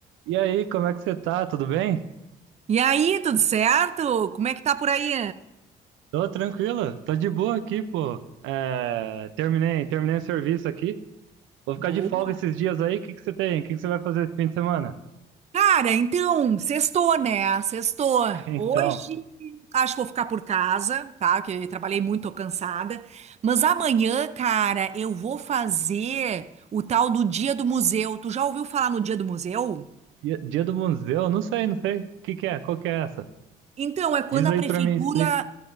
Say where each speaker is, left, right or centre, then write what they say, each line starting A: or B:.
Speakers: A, on the right; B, on the right.
A: E aí, como é que você tá? Tudo bem?
B: E aí, tudo certo? Como é que tá por aí?
A: Tô tranquilo, tô de boa aqui, pô. É, terminei, terminei o serviço aqui. Vou ficar
B: Boa.
A: de folga esses dias aí. O que que você tem? O que que você vai fazer esse fim de semana?
B: Cara, então, sextou, né? Sextou.
A: <laughs>
B: Hoje
A: Então,
B: acho que vou ficar por casa, tá? Que eu trabalhei muito, tô cansada. Mas amanhã, cara, eu vou fazer o tal do Dia do Museu. Tu já ouviu falar no Dia do Museu?
A: dia, dia do museu? Não sei, não sei. O que que é? Qual que é essa?
B: Então, é quando
A: Diz
B: a
A: aí
B: prefeitura
A: pra mim, explica.